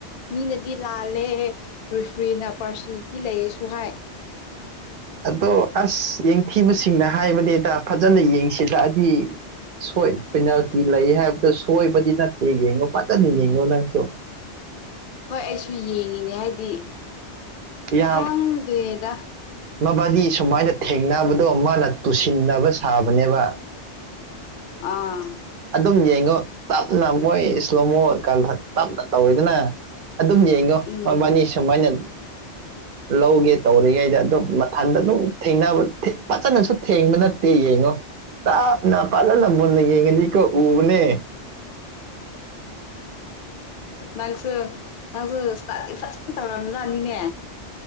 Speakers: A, on the left; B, on the right.
A: ꯃꯤꯅꯗꯤ ꯂꯥꯜꯂꯦ ꯔꯔꯤꯐ꯭ꯔꯤꯅ ꯄꯥꯔꯁꯅꯦꯂꯤꯇꯤ ꯂꯩꯌꯦꯁꯨ ꯍꯥꯏ
B: ꯑꯗꯣ ꯑꯁ ꯌꯦꯡꯊꯤꯕꯁꯤꯡꯅ ꯍꯥꯏꯕꯅꯤꯗ ꯐꯥꯖꯅ ꯌꯦꯡꯁꯤꯜꯂꯛꯑꯗꯤ ꯁꯣꯏ ꯄꯦꯅꯥꯜꯇꯤ ꯂꯩ ꯍꯥꯏꯕꯗꯨ ꯁꯣꯏꯕꯗꯤ ꯅꯠꯇꯦ ꯌꯦꯡꯉꯣ ꯐꯥꯖꯅ ꯌꯦꯡꯉꯣ ꯅꯪꯁꯨ
A: ꯍꯣꯏ ꯑꯩꯁꯨ ꯌꯦꯡꯉꯤꯅꯦ ꯍꯥꯏꯗꯤ
B: ꯌꯥꯝ
A: ꯈꯪꯗꯦꯗ
B: ꯃꯕꯥꯅꯤ ꯁꯨꯃꯥꯏꯅ ꯊꯦꯡꯅꯕꯗꯣ ꯃꯥꯅ ꯇꯨꯁꯤꯟꯅꯕ ꯁꯥꯕꯅꯦꯕ
A: ꯑꯥ
B: ꯑꯗꯨꯝ ꯌꯦꯡꯉꯣ ꯇꯞꯅ ꯃꯣꯏ ꯏꯁꯂꯣꯃꯣ ꯇꯞꯅ ꯇꯧꯋꯤꯗꯅ ꯑꯗꯨꯝ ꯌꯦꯡ ꯉꯣ
A: ꯎꯝ
B: ꯃꯣꯏꯕꯥꯅꯤ ꯁꯨꯃꯥꯏꯅ ꯂꯧꯒꯦ ꯇꯧꯔꯤꯉꯩꯗ ꯑꯗꯨꯝ ꯃꯊꯟꯗ ꯑꯗꯨꯝ ꯊꯦꯡꯅꯕ ꯐꯥꯖꯅꯁꯨ ꯊꯦꯡꯕ ꯅꯠꯇꯦ ꯌꯦꯡꯉꯣ ꯇꯥꯞꯅ ꯐꯥꯖꯅ ꯃꯨꯟꯅ ꯌꯦꯡꯅꯗꯤꯀꯣ ꯎꯕꯅꯦ
A: ꯅꯪꯁꯨ ꯅꯪꯁꯨ ꯏꯁꯇꯥꯗꯤ ꯐꯥꯖꯅ ꯇꯧꯔꯝꯖꯥꯠꯅꯤꯅꯦ